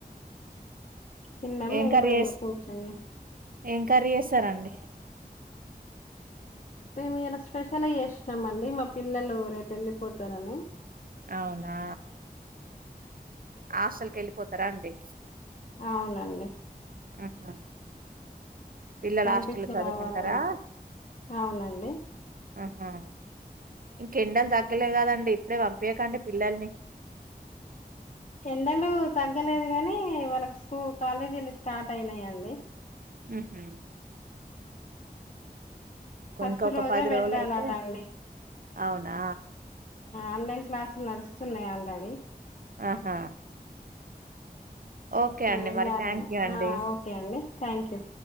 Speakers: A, on the left; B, on the right.
A: తిన్నాం
B: ఏం
A: మేము
B: కర్రీ
A: కూడా
B: చేస్
A: ఇగ కూర్చున్నాం
B: ఏం కర్రీ చేస్తారండి?
A: మేము ఇయ్యాలా స్పెషల్ చేసినం అండి మా పిల్లలు రేపు వెళ్ళిపోతారని
B: అవునా హాస్టల్ కి వెళ్ళిపోతారా అండి.
A: అవునండి.
B: ఆహా పిల్లలు
A: పంపించి
B: హాస్టల్ చదువుకుంటారా
A: రావాలి రేపు అవునండి
B: ఆహా! ఇంకెండలు తగ్గలే కదండి ఇప్పుడే పంపియకండి పిల్లల్ని
A: ఎండలు తగ్గలేదు గానీ వాళ్ళకి స్కూ కాలేజీలు స్టార్ట్ అయినాయండి
B: ఊహు
A: ఫస్ట్
B: ఇంకొక
A: రోజే
B: పది
A: వెళ్ళాలట
B: రోజులు అయితే
A: అండి
B: అవునా
A: ఆన్లైన్ క్లాసులు నడుస్తున్నాయ్ ఆల్రెడీ
B: ఆహా ఓకే
A: నేను
B: అండి
A: వెళ్ళాలని
B: మరి థ్యాంక్ యూ అండి
A: ఆ ఓకే అండి థ్యాంక్యూ